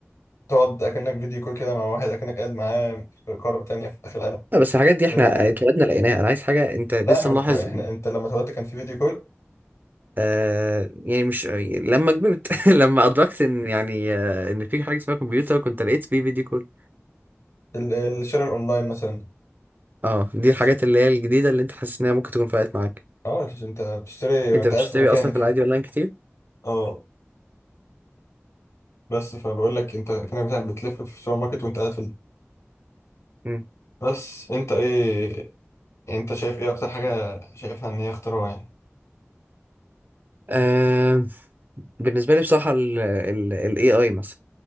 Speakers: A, on the left; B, on the right.
A: تقعد اكنك فيديو كول كده مع واحد اكنك قاعد معاه في قارة تانية في اخر العالم
B: لا بس الحاجات دي احنا
A: فاهم
B: اتولدنا لقيناها انا عايز حاجه انت لسه
A: لا احنا
B: ملاحظ
A: ما- احنا انت لما اتولدت كان في فيديو كول
B: آه يعني مش لما كبرت <laughs> لما ادركت ان يعني آه ان في حاجه اسمها كمبيوتر كنت لقيت فيه فيديو كول
A: ال- الشراء الاونلاين مثلا
B: اه دي الحاجات
A: ش-
B: اللي هي الجديده اللي انت حاسس انها ممكن تكون فرقت معاك
A: اه انت بتشتري
B: انت
A: وانت
B: بتشتري
A: قاعد في مكانك
B: اصلا في العادي
A: يعني
B: اونلاين كتير
A: اه بس فبقول لك انت كانك بتاع- بتلف في السوبر ماركت وانت قاعد في ال-
B: امم
A: بس انت ايه انت شايف ايه اكتر حاجة شايفها ان هي اختراع يعني
B: آه بالنسبه لي بصراحه الاي اي مثلا